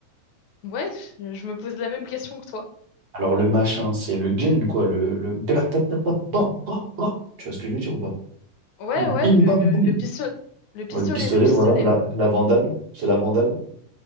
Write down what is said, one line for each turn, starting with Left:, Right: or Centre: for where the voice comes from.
Left: Ouais, je je me pose la même question que toi.
Right: Alors, le machin, c'est le gun, quoi, le, le gratatata, bam, bam, bam. Tu vois ce que je veux dire ou pas?
Left: Ouais,
Right: Le bim,
Left: ouais, le,
Right: bam,
Left: le,
Right: boum.
Left: le pistolet. Le pistolet,
Right: Ouais, Le pistolet,
Left: le pistolet,
Right: voilà, la,
Left: ouais.
Right: la vandale, c'est la vandale.